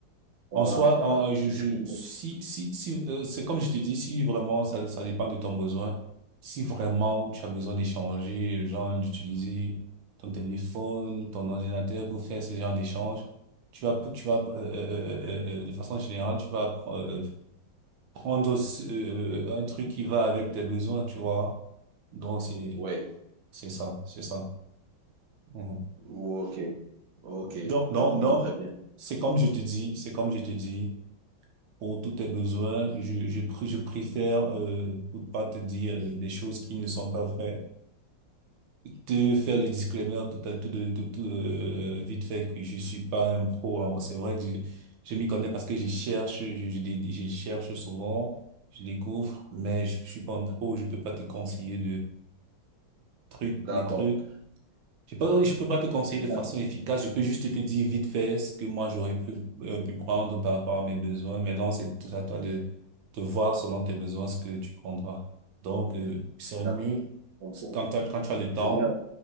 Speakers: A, on the right; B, on the right.
A: en
B: Voilà,
A: soi,
B: voilà.
A: en- euh, je,
B: C'est
A: je,
B: ce que-
A: si, si, si, euh, c'est comme je te dis, si vraiment ça, ça dépend de ton besoin, si vraiment tu as besoin d'échanger, genre d'utiliser ton téléphone, ton ordinateur pour faire ce genre d'échange, tu vas, tu vas, euh, euh, euh, euh, euh, de façon générale, tu vas, euh, prendre aussi, euh, un truc qui va avec tes besoins, tu vois. Donc, c'est,
B: Ouais.
A: c'est ça, c'est ça. Mhm.
B: Bon, ok. Ok,
A: Donc, non,
B: je comprends
A: non,
B: très bien.
A: c'est comme je te dis, c'est comme je te dis, pour tous tes besoins, je, je, pr- je préfère, euh, pour pas te dire euh, des choses qui ne sont pas vraies, te faire le disclaimer tout à tout, de, tout, tout, euh, vite fait que je suis pas un pro. hein. C'est vrai que je, je m'y connais parce que je cherche, je, je, dé- je cherche souvent je découvre, mais je, je suis pas un pro, je peux pas te conseiller trucs,
B: D'accord.
A: des trucs. Je peux, je peux pas te conseiller de façon
B: D'ac-
A: efficace. Je peux juste te dire vite fait ce que moi j'aurais pu, euh, pu prendre par rapport à mes besoins. Maintenant, c'est à toi de, de voir selon tes besoins ce que tu prendras. Donc, euh, il serait
B: D'accord.
A: mieux
B: Je comprends.
A: quand t'as- quand tu as le
B: Je
A: temps,
B: vais.